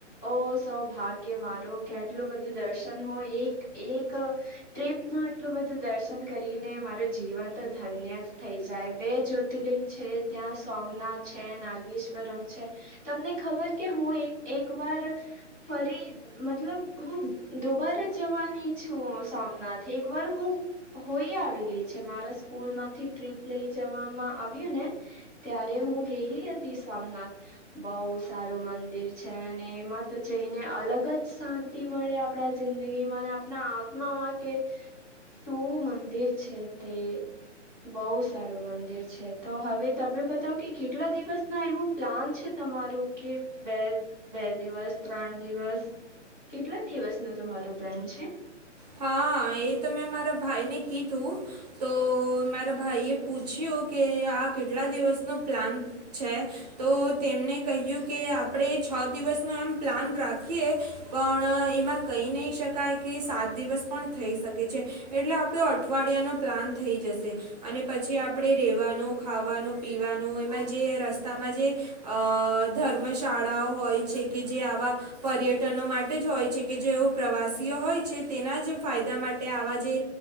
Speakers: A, on the left; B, on the right.
A: ઓ સૌભાગ્ય ગે મારો કેટલુંધ દર્શન હોય એક એક ટ્રીપમાં આટલું બધું દર્શન કરીને મારું જીવન ધન્ય થઈ જાય બે જ્યોતિર્લિંગ છે ત્યાં સોમનાથ છે નાગેશ્વરમ છે તમને ખબર કે હું એક વાર ફરી મતલબ હું દોબાર જ જવાની છું સોમનાથ એક વાર હું હોઈ આવેલી છે મારા સ્કૂલ માંથી ટ્રીપ લઈ જવામાં આવ્યું ને ત્યારે હું ગયેલી હતી સોમનાથ બઉ સારું મંદિર છે અને એમાં તો જઈને અલગ જ શાંતિ મળે આપણા જિંદગીમાંને આપણા આત્મામાં કે શું મંદિર છે તે બઉ સારું મંદિર છે તો હવે તમે બતાવ કે કેટલા દિવસ ના એવું પ્લાન છે તમારું કે બે બે દિવસ ત્રણ દિવસ કેટલા દિવસ ન તમારો પ્લાન છે
B: હા એ મે મારા ભાઈને કીધું તો મારા ભાઈ એ પૂછ્યું કે કેટલા દિવસનો પ્લાન છે તો તેમને કહ્યું કે આપણે છ દિવસ એમ પ્લાન રાખીએ પણ એમાં કહી નહી શકાય કે સાત દિવસ પણ થઈ શકે છે એટલે આપણો અઠવાડિયાનો પ્લાન થઈ જશે અને પછી આપણે રેવાનો ખાવાનું પીવાનું એમાં જે રસ્તામાં જે અ ધર્મ શાળાઓ હોય છે છે કે જે આવા પર્યટનો માટે જ હોય છે કે જેઓ પ્રવાસીઓ હોય છે તેના જ ફાયદા માટે આવા જે